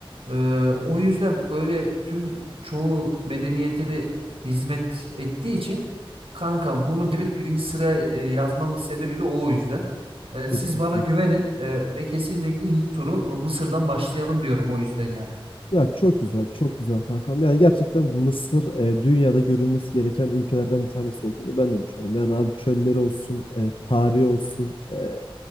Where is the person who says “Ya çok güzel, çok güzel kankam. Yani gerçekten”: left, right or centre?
Left